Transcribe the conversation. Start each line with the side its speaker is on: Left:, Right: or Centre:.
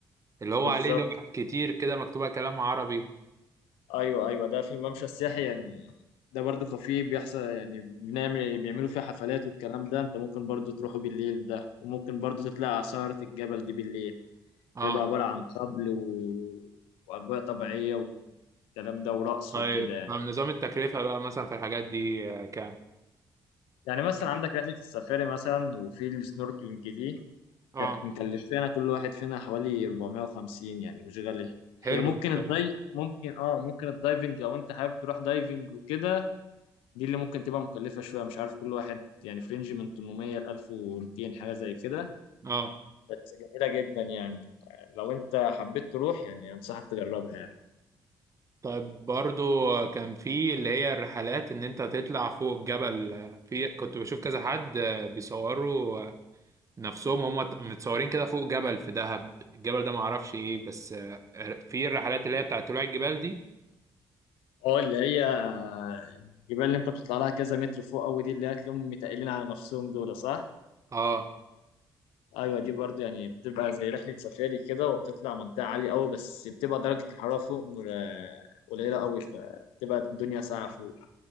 Right: اللي هو
Left: بالظبط
Right: عليه لوح كتير كده مكتوبة كلام عربي
Left: ايوه ايوه ده في الممشى السياحي يعني ده برضو كافيه بيحصل يعني بنعمل بيعملوا فيه حفلات والكلام ده انت ممكن برضو تروحوا بالليل ده وممكن برضو تطلع على سهرة الجبل دي بالليل
Right: اه
Left: بيبقى عبارة عن طبل و... واجواء طبيعية والكلام ده ورقص
Right: طيب
Left: وكده يعني
Right: طب نظام التكلفة بقى مثلا في الحاجات دي آه، كام؟
Left: يعني مثلا عندك رحلة السفاري مثلا وفي السنوركلينج دي
Right: اه
Left: كانت مكلفانا كل واحد فينا حوالي 450 يعني مش غالية
Right: حلو
Left: هي ممكن الداي
Right: حلو
Left: ممكن اه ممكن الدايفنج لو انت حابب تروح دايفنج وكده دي اللي ممكن تبقى مكلفة شوية مش عارف كل واحد يعني فرنج من 800 ل 1200 حاجة زي كده
Right: اه
Left: بس جميلة جدا يعني لو انت حبيت تروح يعني انصحك تجربها يعني
Right: طيب برضو كان في اللي هي الرحلات ان انت تطلع فوق الجبل في كنت بشوف كذا حد آه، بيصوروا آه، نفسهم هم متصورين كده فوق جبل في دهب الجبل ده معرفش ايه بس آه، في الرحلات اللي هي بتاعت طلوع الجبال دي
Left: اه اللي هي الجبال اللي انت بتطلع لها كذا متر فوق قوي دي اللي هتلاقيهم متقلين على نفسهم دول صح؟
Right: اه
Left: ايوه دي برضه يعني بتبقى زي رحلة سفاري كده وبتطلع منطقة عالية قوي بس بتبقى درجة الحرارة فوق مر- قليلة قوي فبتبقى الدنيا ساقعة فوق